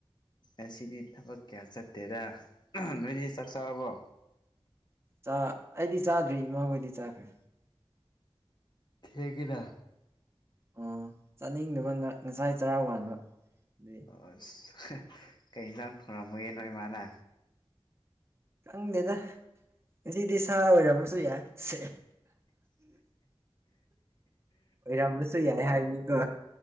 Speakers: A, on the left; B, on the right.
A: ꯑꯁꯤꯗꯤ ꯊꯕꯛ ꯀꯌꯥ ꯆꯠꯇꯦꯗ ꯅꯣꯏꯗꯤ ꯆꯥꯛ ꯆꯥꯔꯕꯣ
B: ꯆꯥ ꯑꯩꯗꯤ ꯆꯥꯗ꯭ꯔꯤ ꯏꯃꯥ ꯍꯣꯏꯗꯤ ꯆꯥꯈ꯭ꯔꯦ
A: ꯊꯦꯡꯉꯤꯅ
B: ꯑꯣ ꯆꯥꯅꯤꯡꯗꯕ ꯉꯁꯥꯏ ꯆꯔꯥ ꯋꯥꯟꯥꯟꯕ ꯑꯗꯨꯏ
A: ꯑꯁ ꯀꯩ ꯌꯦꯟꯁꯥꯡ ꯊꯣꯉꯝꯃꯒꯦ ꯅꯣꯏ ꯃꯥꯅ
B: ꯈꯪꯗꯦꯗ ꯉꯁꯤꯗꯤ ꯁꯥ ꯑꯣꯏꯔꯝꯕꯁꯨ ꯌꯥꯏ ꯁꯦ ꯑꯣꯏꯔꯝꯕꯁꯨ ꯌꯥꯏ ꯍꯥꯏꯕꯅꯤꯀꯣ